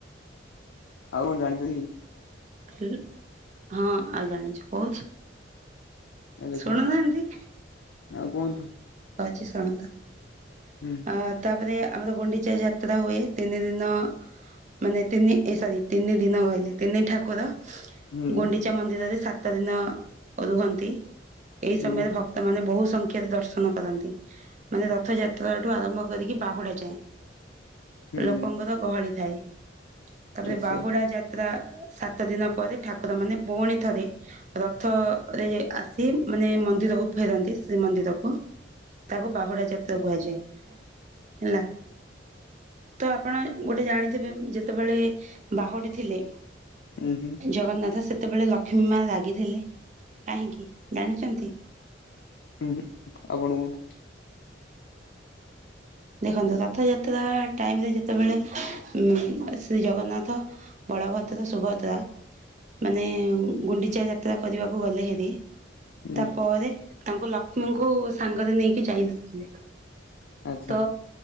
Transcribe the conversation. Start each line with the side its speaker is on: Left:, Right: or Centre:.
Left: ଆଉ କଣ ଜାଣିଚନ୍ତି।
Right: ହାଲ ହଁ ଆଉ ଜାଣିଚି କୋହୁଛି।
Left: ଆଉ
Right: ଶୁଣୁ
Left: କୁହନ୍ତୁ
Right: ନାହାନ୍ତି।
Left: ଆଉ କୁହନ୍ତୁ
Right: <unintelligible>
Left: ହୁଁ
Right: ଆ ତାପରେ ଆମର ଗୁଣ୍ଡିଚା ଯାତ୍ରା ହୁଏ ତିନି ଦିନ। ମାନେ ତିନି ଏ ସରି ତିନି ଦିନ କହିଲି ତିନି ଠାକୁର।
Left: ହୁଁ
Right: ଗୁଣ୍ଡିଚା ମନ୍ଦିରରେ ସାତ ଦିନ ରୁହନ୍ତି। ଏଇ
Left: ହୁଁ
Right: ସମୟରେ ଭକ୍ତମାନେ ବହୁ ସଂଖ୍ୟାରେ ଦର୍ଶନ କରନ୍ତି ମାନେ ରଥଯା ତ୍ରା ଠୁ ଆରମ୍ଭ କରିକି ବାହୁଡ଼ା ଯାଏଁ
Left: ହୁଁ
Right: ଲୋକଙ୍କର ଗହଳି ଥାଏ। ତାପରେ
Left: ନିଶ୍ଚୟ
Right: ବାହୁଡ଼ା ଯାତ୍ରା ସାତ ଦିନ ପରେ ଠାକୁର ମାନେ ପୁଣି ଥରେ ରଥ ରେ ଆସି ମାନେ ମନ୍ଦିରକୁ ଫେରନ୍ତି ଶ୍ରୀମନ୍ଦିରକୁ ତାକୁ ବାହୁଡ଼ା ଯାତ୍ରା କୁହାଯା ଯାଏ ହେଲା ତ ଆପଣ ଗୋଟେ ଜାଣିଥିବେ ଯେତେବେଳେ ବାହୁଡ଼ି ଥିଲେ
Left: ହୁଁ ହୁଁ
Right: ଜଗନ୍ନାଥ ସେତ୍ ସେତେବେଳେ ଲକ୍ଷ୍ମୀ ମା ରାଗିଥିଲେ କାହିଁକି ଜାଣିଛନ୍ତି।
Left: ଉ ହୁଁ ଆପଣ କୁହନ୍ତୁ।
Right: ଦେଖନ୍ତୁ ରଥଯାତ୍ରା ଟାଇମ ରେ ଯେତେବେଳେ। ଉଁ ଶ୍ରୀ ଜଗନ୍ନାଥ ବଳଭଦ୍ର ସୁଭଦ୍ରା। ମାନେ ଗୁଣ୍ଡିଚା ଯାତ୍ରା କରିବାକୁ ଗଲେ ହେରି।
Left: ହୁଁ
Right: ତାପରେ ତାଙ୍କୁ ଲକ୍ଷ୍ମୀଙ୍କୁ ସାଙ୍ଗରେ ନେଇକି ଯାଇନଥିଲେ।
Left: ଆଚ୍ଛା
Right: ତ